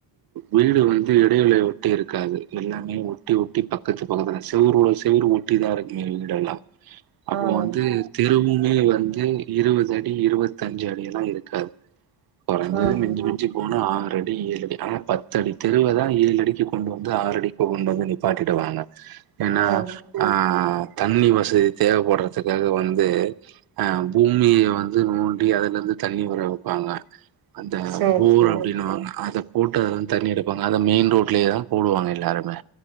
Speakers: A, on the right (about 50°); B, on the right (about 80°).
A: வீடு வந்து இடைவெளி உட்டு இருக்காது எல்லாமே ஒட்டி ஒட்டி பக்கத்து பக்கத்துல செவரோட செவுறு ஒட்டிதா இருக்குங்க வீடெல்லா அப்போ
B: ம்
A: வந்து தெருவுமே வந் து இருவது அடி இருவத்தஞ்சு அடி எல்லா இருக்காது கொறஞ்சது
B: ம்
A: மிஞ்சி மிஞ்சி போனா ஆற டி ஏழு அடி ஆனா பத்து அடி தெருவ தா ஏழு அடிக்கு கொண்டு வந்து ஆறு அடிக்கு கொண்டு வந்து நிப்பாட்டிடுவாங்க ஏனா
B: ம்
A: ஆஹ் தண்ணி வ சதி தேவப்படுறதுக்காக வந்து அஹ் பூமிய வந்து நோண்டி அதுலருந்து தண்ணி வர வப்பாங்க அந்த
B: சேரி
A: போர்
B: சேரி
A: அப்டின்னுவாங்க அத போட்டு அதுலருந்து தண்ணி எடுப்பாங்க அத மெயின் ரோட்லேயே தா போடுவாங்க எல்லாருமே